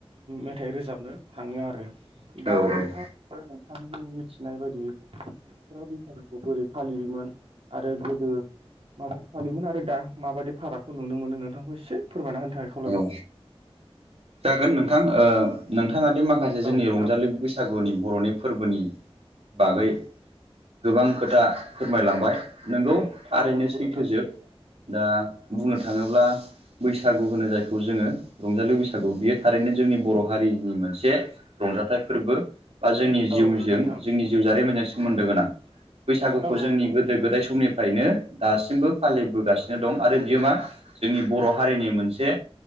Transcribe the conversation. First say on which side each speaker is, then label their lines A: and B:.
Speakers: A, on the right (about 70°); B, on the right (about 85°).
A: मेथाइ रोजाबनो थाङो आरो। दा
B: औ
A: नोंथां
B: औ
A: <unintelligible> नोंथांनि मिथिनाय बायदि बर'फोरा बैसागुखौ बोरै फालियोमोन आरो गोदो माबायदि फालियोमोन आरो दा माबायदि फारागखौ नुनो मोनो नोंथांखौ एसे फोरमायना होनथाखाय
B: औ जागोन ओ नोंथां ओ नोंथाङा दि माखासे जोंनि
A: औ नोंथां
B: रंजालि बै- बैसागुनि बर'नि फोरबोनि बागै गोबां खोथा फोरमायलांबाय नोंगौ थारैनो
A: औ नंगौ
B: सैथोजोब
A: नोंथां
B: दा बुंनो थाङोब्ला बैसागु होनो जायखौ जोङो रंजालि बैसागु बियो थारैनो जोंनि बर' हारिनि मोनसे रंजाथाइ फोरबो बा जोंनि जिउजों
A: औ नंगौ नोंथां
B: जोंनि जिउ जारिमिनजों सोमोन्दो गोनां। बैसागुखौ
A: औ
B: जोंनि
A: नंगौ नोंथां
B: गोदो
A: थारैनो
B: गोदाय समनिफ्रायनो दासिमबो फालिबोगासिनो दं आरो बियो मा जोंनि बर' हारिनि मोनसे